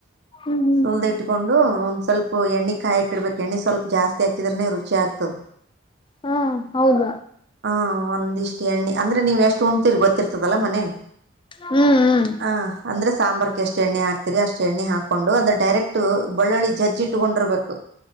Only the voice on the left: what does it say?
ಹ್ಮ್ ಹ್ಮ್
ಹಾ ಹೌದ
ಹ್ಮ್